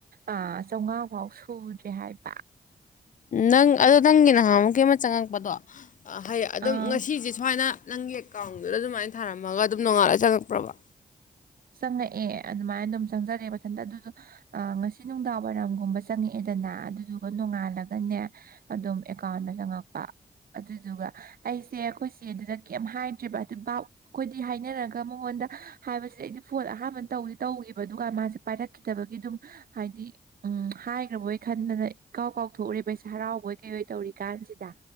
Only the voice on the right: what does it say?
ꯑꯥ ꯆꯧꯉꯥ ꯐꯥꯎ ꯁꯨꯗ꯭ꯔꯦ ꯍꯥꯏꯕ
ꯑꯥ
ꯆꯪꯉꯛꯑꯦ ꯑꯗꯨꯃꯥꯏꯅ ꯑꯗꯨꯝ ꯆꯪꯖꯔꯦ ꯃꯊꯟꯇ ꯑꯗꯨꯁꯡꯖꯨ ꯉꯁꯤ ꯅꯨꯡꯗꯥꯡ ꯋꯥꯏꯔꯝꯒꯨꯝꯕ ꯆꯪꯉꯛꯑꯦꯗꯅ ꯑꯗꯨꯗꯨꯒ ꯅꯣꯡꯉꯥꯜꯂꯒꯅꯦ ꯑꯗꯨꯝ ꯑꯦꯀꯥꯎꯟꯗ ꯆꯪꯉꯛꯄ ꯑ ꯑꯗꯨꯗꯨꯒ ꯑꯩꯁꯦ ꯑꯩꯈꯣꯏ ꯆꯦ ꯗꯨꯗ ꯀꯩꯝ ꯍꯥꯏꯗ꯭ꯦꯔꯤꯕ ꯑꯗꯨ ꯚꯞ ꯑꯩꯈꯣꯏꯗꯤ ꯍꯥꯏꯅꯔꯒ ꯃꯉꯣꯟꯗ ꯍꯥꯏꯕꯁꯤꯗ ꯑꯩ ꯐꯣꯟ ꯑꯍꯥꯟꯕ ꯇꯧꯗꯤ ꯇꯧꯒꯤꯕ ꯑꯗꯨꯒ ꯃꯥꯖꯦ ꯄꯥꯏꯔꯛꯈꯤꯗꯕꯒꯤ ꯑꯗꯨꯝ ꯍꯥꯏꯗꯤ ꯍꯥꯏꯈ꯭ꯔꯕꯣꯏ ꯈꯟꯗꯅ ꯏ ꯀꯥꯎ ꯀꯥꯎꯊꯣꯛꯎꯔꯦꯕꯩꯁꯦ ꯍꯔꯥꯎꯕꯣꯏ ꯀꯩꯍꯣꯏ ꯇꯧꯔꯤ ꯀꯥꯟꯁꯤꯗ